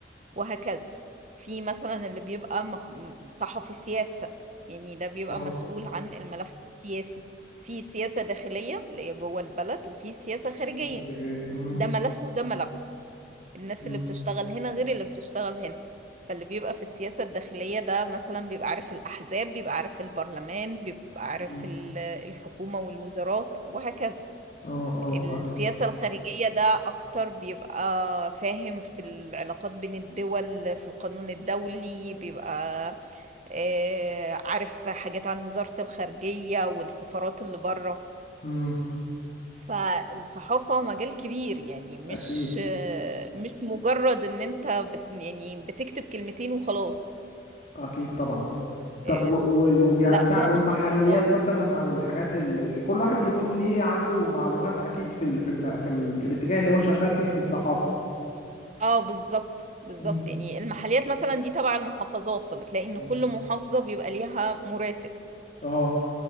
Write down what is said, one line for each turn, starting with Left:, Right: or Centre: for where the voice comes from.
Right: وهكذا في مثلا اللي بيبقى مخ- صحفي سياسة يعني ده بيبقى
Left: اه
Right: مسؤول عن الملف السياسي في سياسة داخلية اللي هي جوه البلد وفي سياسة خارجية
Left: استراتيجية امم
Right: ده ملف وده ملف الناس
Left: امم
Right: اللي بتشتغل هنا غير اللي بتشتغل هنا فاللي بيبقى في السياسة الداخلية ده مثلا بيبقى عارف الأحزاب بيبقى عارف البرلمان بيبقى عارف
Left: أمم.
Right: ال- الحكومة والوزارات وهكذا
Left: اه اه
Right: السياسة
Left: قانون
Right: الخارجية ده أكتر بيبقى فاهم في العلاقات بين الدول في القانون الدولي بيبقى آه، عارف حاجات عن وزارة الخارجية والسفارات اللي بره
Left: امم
Right: فالصحافة مجال كبير يعني مش
Left: أكيد
Right: مش مجرد ان انت بت يعني بتكتب كلمتين وخلاص
Left: أكيد طبعا طب
Right: ال-
Left: و- وال وج- يعني
Right: لا
Left: بتاع
Right: فيها
Left: والمحليات
Right: تخصصات
Left: مثلا أو الحاجات اللي كل واحد يكون ليه عنده معلومات أكيد في ال في الم... في, ال... في الاتجاه اللي هو شغال فيه في الصحافة
Right: اه بالظبط بالظبط
Left: امم
Right: يعني المحليات مثلا دي تبع المحافظات فبتلاقي ان
Left: أمم.
Right: كل محافظة بيبقى ليها مراسل
Left: اه